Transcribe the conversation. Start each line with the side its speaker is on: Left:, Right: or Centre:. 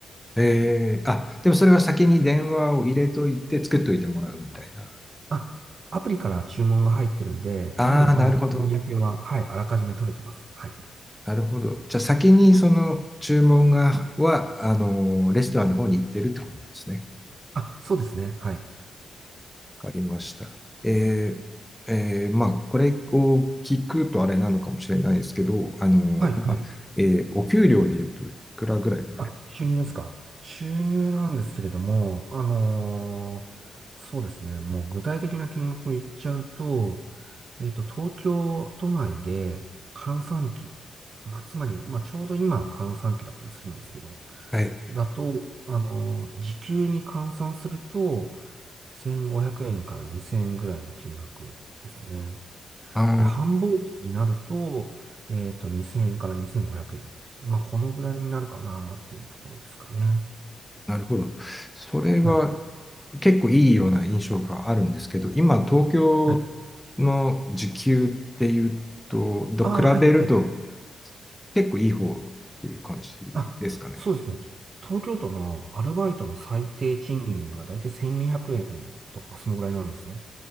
Centre: えーあ、でもそれは先に電話を入れといて作っといてもらうみたいな。
Right: あ、アプリから注文が入ってるんで、
Centre: ああ、
Right: もう、
Centre: なるほど。
Right: あの、日焼けは、はい、あらかじめ取れてます。はい。
Centre: なるほど。じゃあ先にその注文が、は、あの、レストランの方に行ってるってことなんですね。
Right: あ、そうですね。はい。
Centre: わかりました。えーえーまあ、これを聞くとあれなのかもしれないですけど、あの、
Right: はい、
Centre: まあ、
Right: はい。
Centre: えーお給料で言うといくらぐらいもらえる
Right: あ、収入ですか。収入なんですけれども、あのーそうですね。もう具体的な金額を言っちゃうと、えっと、東京都内で閑散期、まあ、つまり、まあ、ちょうど今閑散期だったりするんですけど、
Centre: はい。
Right: だと、あのー時給に換算すると、1500円から2000円ぐらいの金額ですね。
Centre: ああ、
Right: で、繁忙期になると、えっと、2000円から2500円。まあ、このぐらいになるかなっていうところですかね。
Centre: なるほど。それは
Right: はい。
Centre: 結構いいような印象があるんですけど、今、東京
Right: はい。
Centre: の時給っていうと、と比べると
Right: ああ、はい、はい。
Centre: 結構いい方っていう感じですかね。
Right: あ、そうですね。東京都のアルバイトの最低賃金がだいたい1200円とか、そのぐらいなんですね。